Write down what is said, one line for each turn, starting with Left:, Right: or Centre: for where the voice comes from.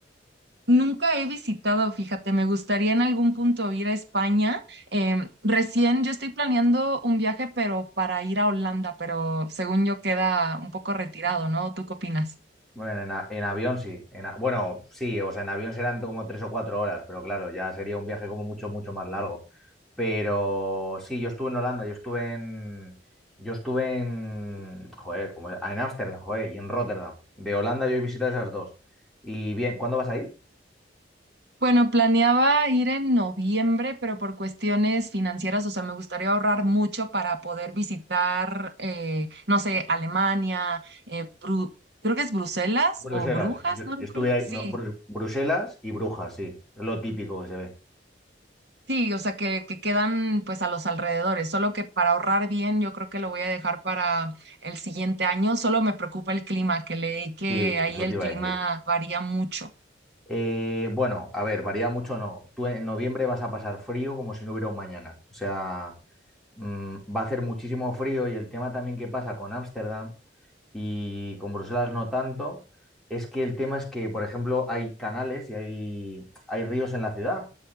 Right: Nunca he visitado, fíjate, me gustaría en algún punto ir a España. Em, recién yo estoy planeando un viaje, pero para ir a Holanda, pero según yo queda un poco retirado, ¿no? ¿Tú qué opinas?
Centre: Bueno, en, a- en avión sí. En a- bueno, sí, o sea, en avión serán como tres o cuatro horas, pero claro, ya sería un viaje como mucho, mucho más largo. Pero sí, yo estuve en Holanda, yo estuve en, yo estuve en, joder, como, en Ámsterdam, joder, y en Rotterdam. De Holanda yo he visitado esas dos. Y bien, ¿cuándo vas a ir?
Right: Bueno, planeaba ir en noviembre, pero por cuestiones financieras, o sea, me gustaría ahorrar mucho para poder visitar, eh, no sé, Alemania, eh, Bru- creo que es Bruselas
Centre: Bruselas.
Right: o Brujas,
Centre: Yo
Right: no
Centre: estuve
Right: recuerdo.
Centre: ahí,
Right: Sí,
Centre: no, Bru- Bruselas y Brujas, sí. Es lo típico que se ve.
Right: Sí, o sea, que, que quedan pues a los alrededores, solo que para ahorrar bien yo creo que lo voy a dejar para el siguiente año, solo me preocupa el clima, que leí que
Centre: Sí,
Right: ahí
Centre: eso
Right: el
Centre: te iba
Right: clima
Centre: a decir.
Right: varía mucho.
Centre: Eh, bueno, a ver, varía mucho no. Tú en noviembre vas a pasar frío como si no hubiera un mañana. O sea, mm, va a hacer muchísimo frío y el tema también que pasa con Ámsterdam y con Bruselas no tanto, es que el tema es que, por ejemplo, hay canales y hay, hay ríos en la ciudad.